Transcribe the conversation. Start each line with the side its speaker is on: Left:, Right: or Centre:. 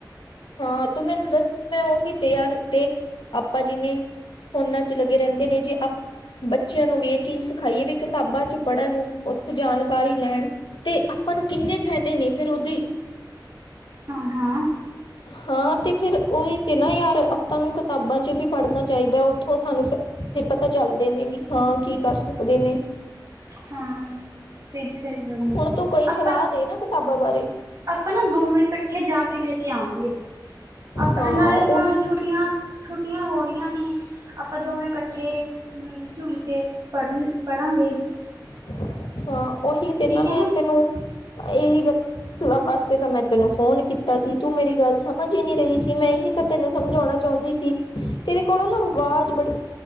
Left: ਹਾਂ, ਤੂੰ ਮੈਨੂੰ ਦੱਸਨੀ ਮੈਂ ਓਹੀ ਤੇ ਯਾਰ ਦੇਖ ਆਪਾ ਜੀ ਨੇ ਫੋਨਾਂ ਚ ਲੱਗੇ ਰੈਂਦੇ ਨੇ ਜੇ ਆਪ ਬੱਚਿਆਂ ਨੂੰ ਵੀ ਏਹ ਚੀਜ ਸਿਖਾਈਏ ਵੀ ਕਿਤਾਬਾਂ ਚ ਪੜ੍ਹਨ ਨੂੰ ਉੱਥੇ ਜਾਨਕਾਰੀ ਲੈਨ ਤੇ ਆਪਾਂ ਨੂੰ ਕਿੰਨੇ ਫੈਦੇ ਨੇ ਫੇਰ ਉਦੀ
Right: ਹਾਂ-ਹਾਂ
Left: ਹਾਂ ਤੇ ਫਿਰ ਓਈ ਤੇ ਨਾ ਯਾਰ ਆਪਾਂ ਨੂੰ ਕਿਤਾਬਾਂ ਚ ਵੀ ਪੜ੍ਹਨਾ ਚਾਈਦਾ, ਓਥੋਂ ਸਾਨੂੰ ਫ ਤੇ ਪਤਾ ਚੱਲਦੇ ਨੇ ਵੀ ਹਾਂ ਕੀ ਕਰ ਸਕਦੇ ਨੇ
Right: ਹਾਂ, ਫੇਰ ਸਈ ਗਲੇ ਏ।
Left: ਹੁਣ ਤੂੰ ਕੋਈ ਸਲਾਹ
Right: ਆਪਾਂ
Left: ਦੇ ਨਾ ਕਿਤਾਬਾਂ ਬਾਰੇ
Right: ਆਪਾਂ ਨਾ ਦੋਵੇਂ ਕੱਠੇ ਜਾ ਕੇ ਲੇ ਕੇ ਆਵਾਂਗੇ। ਆਪਾਂ
Left: ਹਾਂ
Right: ਨਾਲੇ ਹੁਨ
Left: ਉਹੀ
Right: ਛੋਟ ਟੀਆਂ ਛੁੱਟੀਆਂ ਹੋ ਰਈਆਂ ਨੇ ਆਪਾਂ ਦੋਵੇਂ ਕੱਠੇ ਮਿਲ-ਜੁਲ ਕੇ ਪੜ ਪੜਾਂਗੇ।
Left: ਅੱਛਾ, ਓਹੀ ਤੇ
Right: ਠੀਕ
Left: ਨਾ
Right: ਹੈ
Left: ਮੈਂ ਤੈਨੂੰ ਏਹੀ ਗੱਲ ਉਹਾ ਵਾਸਤੇ ਤਾਂ ਮੈਂ ਤੈਨੂੰ ਫੋਨ ਕੀਤਾ ਸੀ। ਤੂੰ ਮੇਰੀ ਗੱਲ ਸਮਝ ਈ ਨਈ ਰਈ ਸੀ। ਮੈਂ ਏਹੀ ਤਾਂ ਤੈਨੂੰ ਸਮਝੋਣਾ ਚੌਂਦੀ ਸੀ। ਤੇਰੇ ਕੋਲੋਂ ਨਾ ਵਾਜ਼ ਬੜੀ